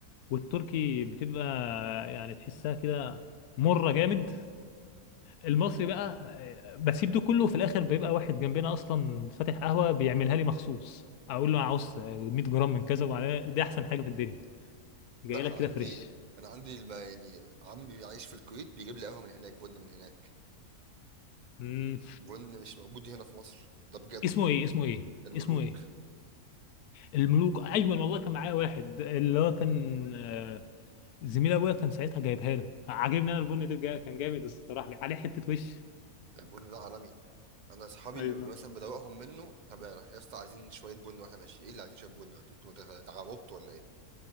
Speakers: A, on the left; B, on the right.
A: والتركي بتبقى يعني تحسها كده مره جامد المصري بقى آه، بسيب ده كله وفي الاخر بيبقى واحد جنبنا اصلا فاتح قهوه بيعملها لي مخصوص اقول له انا عاوز آه، 100 جرام من كذا وعليها دي احسن حاجه في الدنيا جاي
B: لا
A: لك
B: انا عندي
A: كده فريش
B: انا عندي الما يعني عمي بيعيش في الكويت بيجيب لي قهوه من هناك بن من هناك
A: مم.
B: بن مش موجود هنا في مصر ده بجد
A: اسمه ايه اسمه ايه
B: الملوك
A: اسمه ايه الملوك ايوه والله كان معايا واحد اللي هو كان آه، زميل ابويا كان ساعتها جايبها له عاجبني انا البن ده جا- كان جامد الصراحه عليه حته وش
B: البن ده عالمي انا اصحابي
A: ايوه
B: اللي مثلا بدوقهم منه طب يا يا اسطى عايزين شويه بن واحنا ماشيين ايه اللي عايزين شويه بن انتوا انتوا متغ- غبطتوا ولا ايه